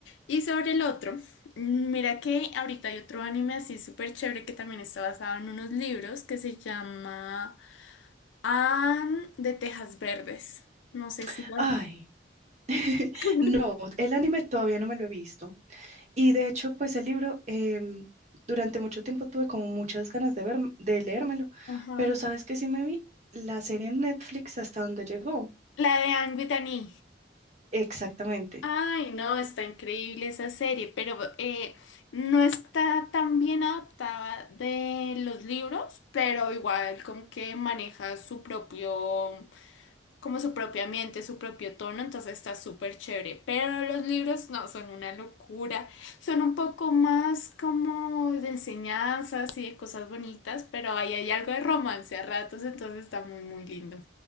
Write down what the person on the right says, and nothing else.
<laughs>
Ay. <laughs>
No, el anime todavía no me lo he visto. Y de hecho, pues el libro, em, durante mucho tiempo tuve como muchas ganas de ver, de leérmelo,
pero sabes que sí me vi la serie en Netflix hasta donde llegó.
Exactamente.